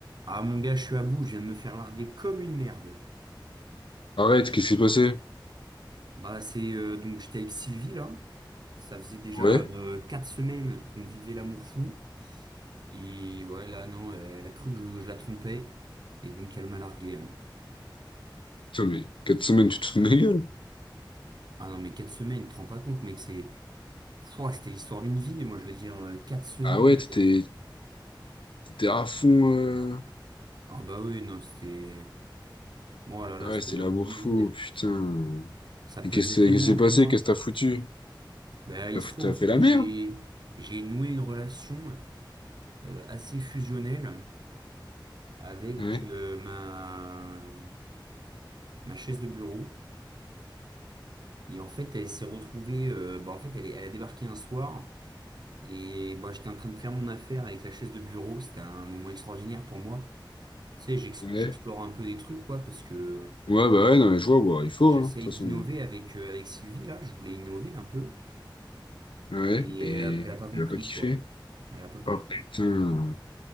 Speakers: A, on the right; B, on the left.
A: Ah mon gars, je suis à bout, je viens de me faire larguer comme une merde.
B: Arrête, qu'est-ce qui s'est passé?
A: Bah c'est euh, donc j'étais avec Sylvie là. Ça faisait déjà
B: Ouais?
A: euh, quatre semaines qu'on vivait l'amour fou. Et ouais là non, elle a cru que je, je la trompais. Et donc elle m'a largué.
B: Putain, mais 4 semaines, tu te fous de ma gueule?
A: Ah non mais quatre semaines, tu te rends pas compte mec, c'est. Pouah, c'était l'histoire d'une vie, moi je veux dire euh, quatre semaines
B: Ah ouais, t'étais
A: avec.
B: t'étais à fond. Euh...
A: Ah bah oui, non, c'était. Moi là là,
B: Ah ouais,
A: c'était
B: c'était
A: l'amour
B: la
A: d'une
B: fou
A: vie.
B: putain.
A: Ça
B: Et
A: pesait
B: qu'est-ce
A: tellement
B: qu'est-ce qui s'est passé?
A: pour moi.
B: Qu'est-ce que t'as foutu?
A: Bah il
B: T'as
A: se
B: foutu-
A: trouve
B: t'as
A: en
B: fait
A: fait
B: la
A: que
B: merde?
A: j'ai j'ai noué une relation euh, assez fusionnelle. avec
B: Ouais?
A: euh, ma, ma chaise de bureau. Et en fait, elle s'est retrouvée, euh, bah, en fait, elle, est- elle a débarqué un soir et bah, j'étais en train de faire mon affaire avec la chaise de bureau. C'était un moment extraordinaire pour moi. Tu sais, j'ex-
B: Ouais?
A: j'explore un peu des trucs, quoi, parce que
B: Ouais, bah ouais, non, mais je vois, bah, il faut,
A: j'essaye
B: hein, de toute
A: d'innover
B: façon.
A: avec, euh, avec Sylvie, là. Je voulais innover un peu
B: Ouais?
A: et
B: Et
A: elle a, elle a pas compris,
B: il a pas kiffé?
A: quoi. Elle a pas compris.
B: Oh putain.